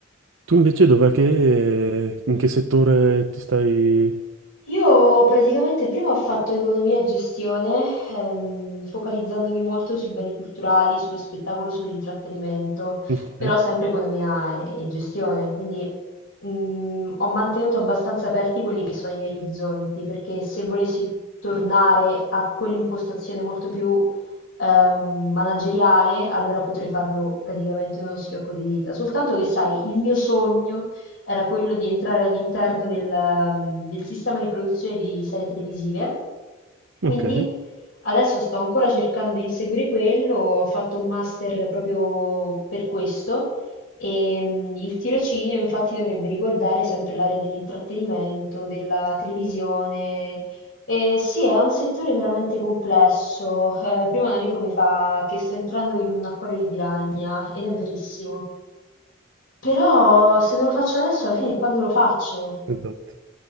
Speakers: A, on the right (about 75°); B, on the left (about 75°).
A: tu invece dov'è che, in che settore ti stai?
B: Io praticamente prima ho fatto economia e gestione, ehm, focalizzandomi molto sui beni culturali, sullo spettacolo, sull'intrattenimento,
A: Ok,
B: però sempre economia e e gestione, quindi mh, ho mantenuto abbastanza aperti quelli che sono i miei orizzonti, perché se volessi tornare a quell'impostazione molto più ehm, manageriale, allora potrei farlo praticamente in uno schiocco di dita. Soltanto che, sai, il mio sogno era quello di entrare all'interno del, mm, del sistema di produzione di serie televisive. Quindi
A: ok,
B: adesso sto ancora cercando di inseguire quello, ho fatto un master proprio per questo e mm, il tirocinio infatti dovrebbe riguardare sempre l'area dell'intrattenimento, della televisione. Eh, sì, è un settore veramente complesso. Eh, prima un amico mi fa che sto entrando in un acquario di piragna ed è verissimo. Però se non lo faccio adesso alla fine quando lo faccio?
A: esatto.